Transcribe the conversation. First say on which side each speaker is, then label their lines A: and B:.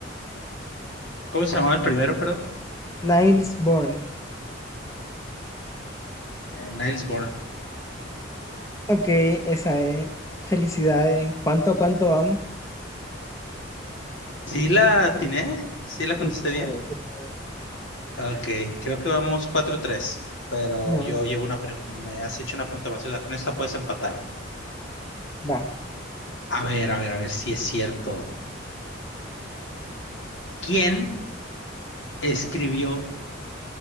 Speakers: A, on the left (about 70°); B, on the left (about 15°).
A: ¿Cómo se llamaba el primero, perdón?
B: Niles Born.
A: Eh, Niels Bohr.
B: Ok, esa es. Felicidades. ¿Cuánto a cuánto vamos?
A: ¿Sí la atiné? ¿Sí la
B: Sí,
A: contesté
B: esa
A: bien?
B: es, esa es.
A: Ok, creo que vamos cuatro tres. pero
B: Ajá,
A: yo llevo una pregunta, me has hecho una pregunta más, o sea, con esta puedes empatar.
B: Va.
A: A ver, a ver, a ver si es cierto. ¿Quién escribió